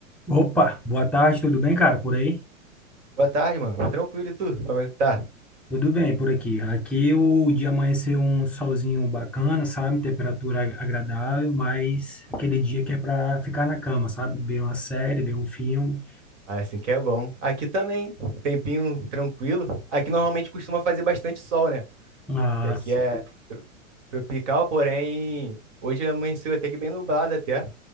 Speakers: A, in the centre; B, on the right (about 60°).
A: Opa, boa tarde, tudo bem, cara? Por aí?
B: Boa tarde, mano. Tranquilo e tu? Como é que tu tá?
A: Tudo bem por aqui. Aqui o dia amanheceu um solzinho bacana, sabe? Temperatura ag- agradável, mas aquele dia que é para ficar na cama, sabe? Ver uma série, ver um filme.
B: Ah, Assim que é bom. Aqui também, tempinho tranquilo. Aqui normalmente costuma fazer bastante sol, né?
A: Nossa,
B: Que aqui é tro- tropical, porém hoje amanheceu até que bem nublado até.